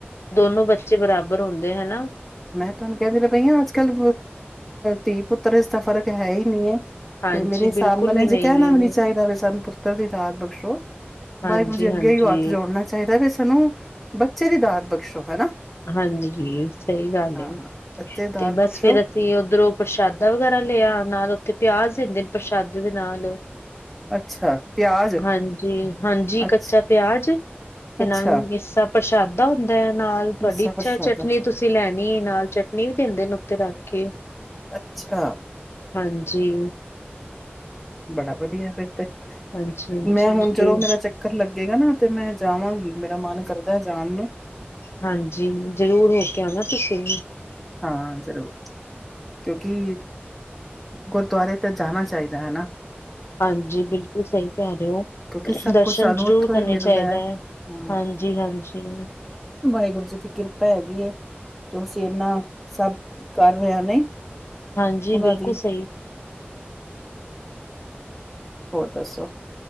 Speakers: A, on the left (about 80°); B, in the centre.
A: ਦੋਨੋ ਬੱਚੇ ਬਰਾਬਰ ਹੁੰਦੇ ਹਨਾ।
B: ਮੈਂ ਤੁਹਾਨੂੰ ਕਹਿਦੀ ਪਈ ਅੱਜ ਕੱਲ ਧੀ ਪੁੱਤਰ ਇਸਦਾ ਫ਼ਰਕ ਹੈ ਹੀ ਨਹੀਂ ਹੈ।
A: ਹਾਂਜੀ
B: ਤੇ ਮੇਰੇ ਹਿਸਾਬ
A: ਬਿਲਕੁਲ
B: ਨਾਲ
A: ਵੀ
B: ਇੰਝੇ
A: ਨਹੀਂ
B: ਕਹਿਣਾ
A: ਹੈ
B: ਵੀ ਨੀ ਚਾਹੀਦਾ ਵੀ ਸਾਨੂੰ ਪੁੱਤਰ ਦੀ ਦਾਤ ਬਖਸ਼ੋ।
A: ਹਾਂਜੀ
B: ਵਾਹਿਗੁਰੂ ਜੀ ਅੱਗੇ
A: ਹਾਂਜੀ
B: ਹੀ ਹੱਥ ਜੋੜਨਾ ਚਾਹੀਦਾ ਵੀ ਸਾਨੂੰ ਬੱਚੇ ਦੀ ਦਾਤ ਬਖਸ਼ੋ ਹਨਾ।
A: ਹਾਂਜੀ ਸਹੀ ਗੱਲ
B: ਹਾਂ ਬੱਚੇ ਦਾਤ
A: ਤੇ ਬਸ
B: ਬਖਸ਼ੋ
A: ਫੇਰ। ਤੇ ਉਧਰੋਂ ਪ੍ਰਸ਼ਾਦਾ ਵਗੈਰਾ ਲਿਆ ਨਾਲ ਉੱਥੇ ਪਿਆਜ ਦਿੰਦੇ ਨੇ ਪ੍ਰਸ਼ਾਦੇ ਦੇ ਨਾਲ।
B: ਅੱਛਾ ਪਿਆਜ
A: ਹਾਂਜੀ- ਹਾਂਜੀ
B: ਅੱਛ
A: ਕੱਚਾ ਪਿਆਜ ਤੇ
B: ਅੱਛਾ
A: ਨਾਲ ਮੀਸਾ ਪ੍ਰਸ਼ਾਦਾ ਹੁੰਦਾ ਹੈ ਨਾਲ ਤੁਹਾਡੀ
B: ਮਿੱਸਾ
A: ਇੱਛਾ
B: ਪ੍ਰਸ਼ਾਦਾ
A: ਚਟਨੀ ਤੁਸੀਂ ਲੈਣੀ ਨਾਲ ਚਟਨੀ ਵੀ ਦਿੰਦੇ ਨੇ ਉੱਤੇ ਰੱਖ ਕੇ।
B: ਅੱਛਾ।
A: ਹਾਂਜੀ।
B: ਬੜਾ ਵਧੀਆ ਫੇਰ ਤੇ
A: ਹਾਂਜੀ ਹਾਂਜੀ
B: ਮੈਂ ਹੁਣ
A: ਤੇ
B: ਜਦੋ ਮੇਰਾ ਚੱਕਰ ਲੱਗੇਗਾ ਨਾ ਤੇ ਮੈਂ ਜਾਵਾਂਗੀ ਮੇਰਾ ਮਨ ਕਰਦਾ ਹੈ ਜਾਣ ਨੂੰ।
A: ਹਾਂਜੀ ਜ਼ਰੂਰ ਹੋ ਕੇ ਨਾ ਤੁਸੀਂ
B: ਹਾਂ ਜ਼ਰੂਰ ਕਿਉਂਕਿ ਗੁਰਦੁਆਰੇ ਤੇ ਜਾਣਾ ਚਾਹੀਦਾ ਹੈ ਨਾ।
A: ਹਾਂਜੀ ਬਿਲਕੁਲ ਸਹੀ ਕਹਿ ਰਹੇ ਹੋ
B: ਕਿਉਂਕਿ ਸਭ
A: ਦਰਸ਼ਨ
B: ਕੁਛ ਸਾਨੂੰ
A: ਜ਼ਰੂਰ
B: ਉੱਥੋਂ
A: ਕਰਨੇ
B: ਹੀ ਮਿਲਦਾ
A: ਚਾਹੀਦਾ
B: ਹਾਂ
A: ਹੈ। ਹਾਂਜੀ- ਹਾਂਜੀ।
B: ਵਾਹਿਗੁਰੂ ਜੀ ਦੀ ਕਿਰਪਾ ਹੈਗੀ ਹੈ ਜੋ ਅਸੀਂ ਇਨਾ ਸਭ ਕਰ ਰਹੇ ਹਾਂ ਨਹੀਂ।
A: ਹਾਂਜੀ
B: ਉਹਨਾਂ
A: ਬਿਲਕੁਲ
B: ਦੀ
A: ਸਹੀ।
B: ਹੋਰ ਦੱਸੋ